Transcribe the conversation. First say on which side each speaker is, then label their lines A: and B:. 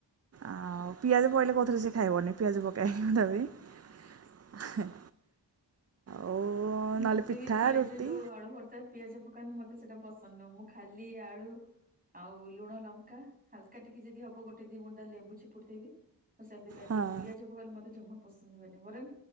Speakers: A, on the right; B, on the right.
A: ଆଉ ପିଆଜ ପଇଲେ କୋଉଥିରେ ସେ ଖାଇବନି ପିଆଜ ପକାଏନି ତା <unintelligible> ଆଉ
B: ମତେ
A: ନହେଲେ ପିଠା
B: ବି ପିଆଜ
A: ରୁଟି
B: ଯଉ ଆଳୁ ଭର୍ତା ପିଆଜ ପକାନ୍ତି ମତେ ସେଟା ପସନ୍ଦ ନୁହ ମୁଁ ଖାଲି ଆଳୁ ଆଉ ଲୁଣ ଲଙ୍କା ହାଲକା ଟିକେ ଯଦି ହବ ଗୋଟେ ଦି ବୁନ୍ଦା ଲେମ୍ବୁ ଚିପୁଡ଼ି ଦେବି ତ ସେମତି କାଏ
A: ହଁ
B: କିନ୍ ପିଆଜ ପକାଇଲେ ମତେ ଜମା ପସନ୍ଦ ହୁଏନି ବରଂ